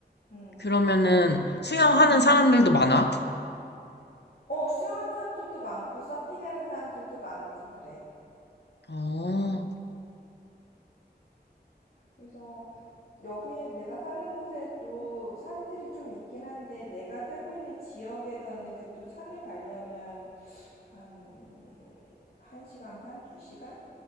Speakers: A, on the left; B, on the left.
A: 응,
B: 그러면은 수영하는
A: 응.
B: 사람들도 많아?
A: 어, 수영하는 사람들도 많고, 서핑하는 사람들도 많고, 그래.
B: 어,
A: 그래서 여기 내가 사는 곳에도 산들이 좀 있긴 한데, 내가 살고 있는 지역에서는 그래도 산을 가려면 한, 1시간 반, 2시간